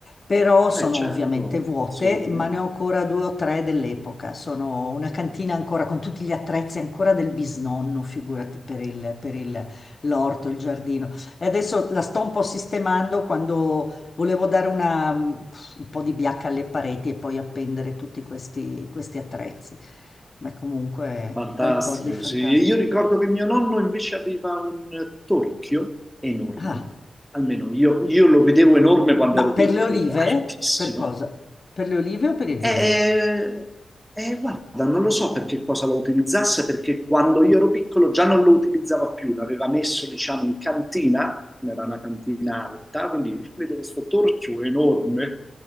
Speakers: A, on the left (about 50°); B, in the centre.
A: però sono
B: eh certo,
A: ovviamente vuote,
B: assolutamente.
A: ma ne ho ancora due o tre dell'epoca. Sono una cantina ancora con tutti gli attrezzi ancora del bisnonno, figurati per il- per il- l'orto, il giardino. E adesso la sto un po' sistemando quando volevo dare una, pff, un po' di biacca alle pareti e poi appendere tutti questi, questi attrezzi. Ma comunque
B: Fantastico,
A: ricordi fantastici.
B: sì. Io ricordo che mio nonno invece aveva un torchio enorme,
A: Ah,
B: almeno io, io lo vedevo enorme quando
A: ma
B: ero
A: per
B: piccolo,
A: le olive?
B: altissimo,
A: Per cosa? Per le olive o per il vino?
B: E, e guarda, non lo so per che cosa lo utilizzasse, perché quando io ero piccolo già non lo utilizzava più, l'aveva messo, diciamo, in cantina, era una cantina alta, quindi <laughs> vedo questo torchio enorme,